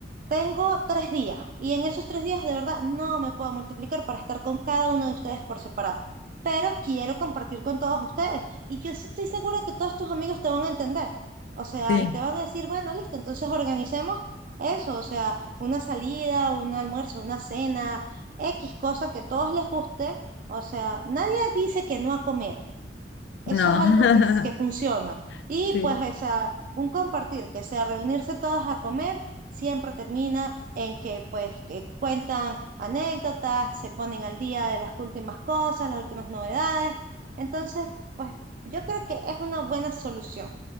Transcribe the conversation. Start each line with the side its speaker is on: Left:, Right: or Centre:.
Right: tengo tres días y en esos tres días de verdad no me puedo multiplicar para estar con cada uno de ustedes por separado, pero quiero compartir con todos ustedes y yo estoy segura que todos tus amigos te van a entender. O sea,
Left: <laughs> sí,
Right: y te van a decir, bueno, listo, entonces organicemos eso, o sea, una salida, un almuerzo, una cena, X cosa que a todos les guste. O sea, nadie dice que no a comer, eso
Left: no.
Right: es algo que, s- que
Left: <laughs>
Right: funciona. Y
Left: Sí,
Right: pues, o sea, un compartir, que sea reunirse todas a comer, siempre termina en que pues que cuentan anécdotas, se ponen al día de las últimas cosas, las últimas novedades. Entonces, pues yo creo que es una buena solución.